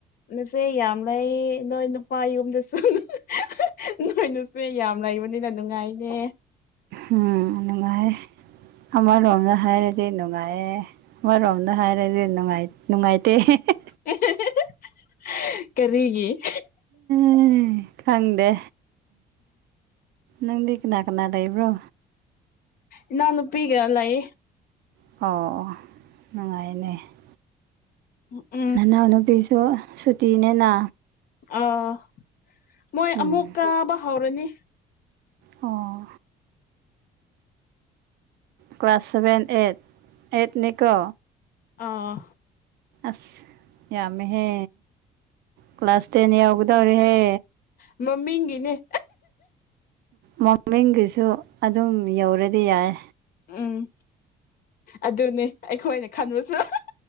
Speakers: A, on the left; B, on the right.
A: ꯅꯆꯦ ꯌꯥꯝꯂꯛꯏ ꯅꯣꯏ ꯅꯨꯄꯥ ꯌꯨꯝꯗꯁꯨ <unintelligible> ꯅꯣꯏ ꯅꯨꯄꯤ ꯌꯥꯝ ꯂꯩꯕꯅꯤꯅ ꯅꯨꯡꯉꯥꯏꯅꯦ
B: ꯍꯨꯝ ꯅꯨꯡꯉꯥꯏꯌꯦ ꯑꯃꯔꯣꯝꯗ ꯍꯥꯏꯔꯗꯤ ꯅꯨꯡꯉꯥꯏꯌꯦ ꯑꯃꯔꯣꯝꯗ ꯍꯥꯏꯔ ꯔꯤ ꯅꯨꯡꯉꯥꯏ ꯅꯨꯡꯉꯥꯏꯇꯦ <unintelligible>
A: <unintelligible> ꯑꯦ <unintelligible>
B: ꯎꯝ ꯈꯪꯗꯦ ꯅꯪꯗꯤ ꯀꯅꯥ ꯀꯅꯥ ꯂꯩꯕ꯭ꯔꯣ
A: ꯏꯅꯥꯎ ꯅꯨꯄꯤꯒ ꯂꯩ
B: ꯑꯣ ꯑꯣ ꯅꯨꯡꯉꯥꯏꯌꯦꯅꯦ
A: ꯎꯝ ꯎꯝ
B: ꯅꯅꯥꯎꯅꯨꯄꯤꯁꯨ ꯁꯨꯇꯤꯅꯦꯅ
A: ꯑꯥꯎ ꯃꯣꯏ
B: ꯎꯝ
A: ꯑꯃꯨꯛ ꯀꯥꯕ ꯍꯧꯔꯅꯤ
B: ꯑꯣ ꯀ꯭ꯂꯥꯁ ꯁꯚꯦꯟ ꯑꯩꯠ ꯑꯩꯠꯅꯤꯀꯣ
A: ꯑꯥ
B: ꯑꯁ ꯌꯥꯝꯃꯦꯍꯦ ꯀ꯭ꯂꯥꯁ ꯇꯦꯟ ꯌꯧꯒꯗꯧꯔꯦꯍꯦ
A: ꯃꯃꯤꯡꯒꯤꯅꯦ
B: ꯃ ꯃꯃꯤꯡꯒꯤꯁꯨ ꯑꯗꯨꯝ ꯌꯧꯔꯗꯤ ꯌꯥꯏ
A: ꯎꯝ ꯑꯗꯨꯅꯦ ꯑꯩꯈꯣꯏꯅ ꯈꯟꯕꯁꯨ <unintelligible>